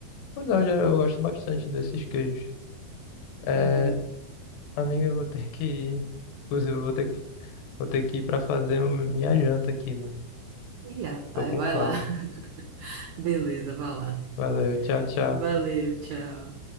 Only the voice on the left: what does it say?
Pois
é, eu, já,
eu gosto bastante desses queijos. É,
amiga, eu vou ter que ir. Inclusive, eu vou ter que, vou ter que ir pra fazer o- meu- minha janta aqui, né?
Tô com
fome.
Valeu, tchau, tchau.